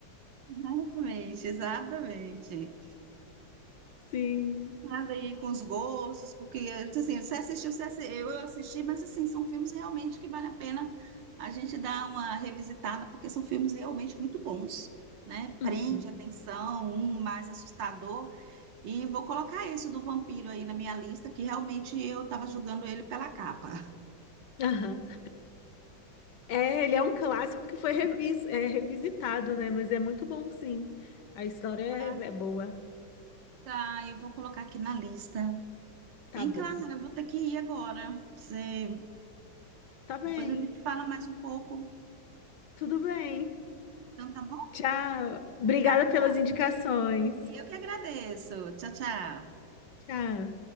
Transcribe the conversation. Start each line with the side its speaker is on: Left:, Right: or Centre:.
Right: Exatamente, exatamente.
Left: Sim.
Right: nada aí com os gostos, com o que é. Então, assim, você assistiu, você assi- eu eu assisti, mas assim, são filmes realmente que vale a pena a gente dar uma revisitada, porque são filmes realmente muito bons, né?
Left: Uhum.
Right: Prende a atenção, um mais assustador, e vou colocar esse do vampiro aí na minha lista, que realmente eu estava julgando ele pela capa.
Left: Aham. É, ele é um clássico que foi revis, é, revisitado, né? Mas é muito bom, sim. A história é,
Right: Ah,
Left: é boa.
Right: Tá, eu vou colocar aqui na lista.
Left: Tá
Right: Hein,
Left: bom.
Right: Clara, eu vou ter que ir agora. Você...
Left: Tá bem.
Right: Depois a gente fala mais um pouco.
Left: Tudo bem.
Right: Então tá bom?
Left: Tchau. Obrigada
Right: Tchau.
Left: pelas indicações.
Right: Eu que agradeço. Tchau, tchau.
Left: Tchau.